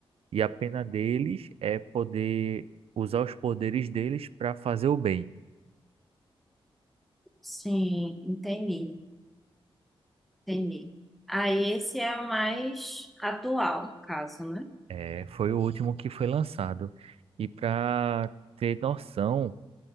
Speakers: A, on the right; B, in the centre.
A: E a pena deles é poder usar os poderes deles para fazer o bem.
B: Sim, entendi, entendi. Aí esse é o mais atual, no caso, né?
A: É, foi o último que foi lançado. E para ter noção,